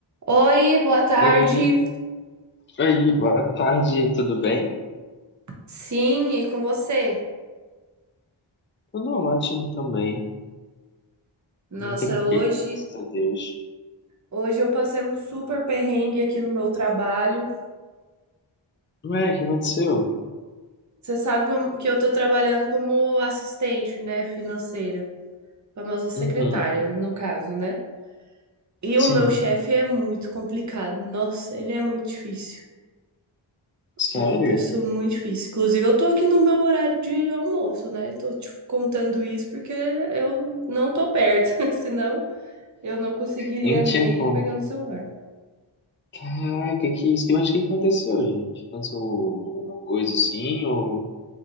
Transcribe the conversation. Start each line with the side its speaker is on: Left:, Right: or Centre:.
Right: Oi, boa tarde.
Left: Oi, oi, boa tarde, tudo bem?
Right: Sim, e com você?
Left: Tudo ótimo também,
Right: Nossa,
Left: bem tranquilo,
Right: hoje,
Left: graças a Deus.
Right: hoje eu passei um super perrengue aqui no meu trabalho.
Left: Ué, o que aconteceu?
Right: Você sabe como- que eu tô trabalhando como assistente, né, financeira, famosa secretária,
Left: Uhum,
Right: no caso, né? E
Left: sim,
Right: o meu chefe é muito complicado. Nossa, ele é muito difícil.
Left: sério?
Right: É uma pessoa muito difícil. Inclusive, eu tô aqui no meu horário de almoço, né? Tô te contando isso porque eu não tô perto, <laughs> senão eu não conseguiria
Left: Nem tinha
Right: nem
Left: como.
Right: pegar no celular.
Left: Caraca, que isso, que- mas o que aconteceu, gente? Aconteceu alguma coisa assim, ou...